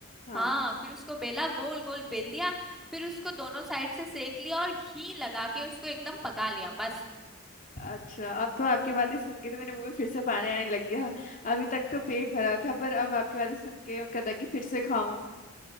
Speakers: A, on the left (about 40°); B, in the centre.
A: हाँ
B: हाँ फिर उसको बेला गोल गोल बेल दिया फिर उसको दोनों साइड से सेक लिया और घी लगा के उसको एकदम पका लिया मस्त
A: अच्छा अब तो आपकी बातें सुन के तो मेरे मुंह में फिर से पानी आने लग गया अभी तक तो पेट भरा था पर अब आपकी बातें सुन के मन कर रहा है कि फिर से खाऊं